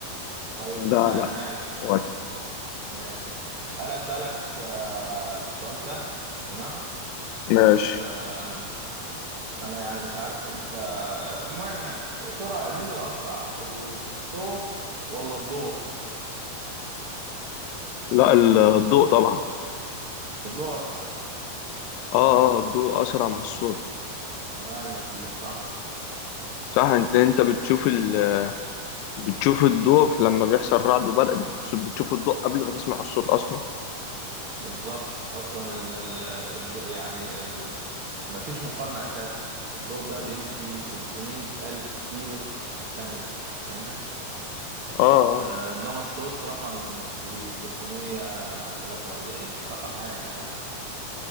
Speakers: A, on the right; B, on the left.
A: طيب
B: ده
A: تمام
B: لا
A: ماشي
B: وعد
A: ماشي انا اسالك آه، سؤال سهل تمام
B: ماشي
A: آم، انا يعني مش عارف انت آه، المهم ماشي سرعه مين الاسرع ال- الصوت ولا الضوء
B: لا ال- الضوء طبعا
A: الضوء اسرع
B: اه اه الضوء اسرع من الصوت
A: تمام يا كبير صح
B: صح انت انت بتشوف ال بتشوف الضوء في- لما بيحصل رعد وبرق بتش- بتشوف الضوء قبل ما تسمع الصوت اصلا
A: بالظبط اصلا الم- ال- الضوء يعني ال... مفيش مقارنه اساسا الضوء ده بيمشي 300 الف كيلو في الثانيه فاهمني
B: اه اه
A: آه، انما الصوت رقم مش كبير 343 رقم هايف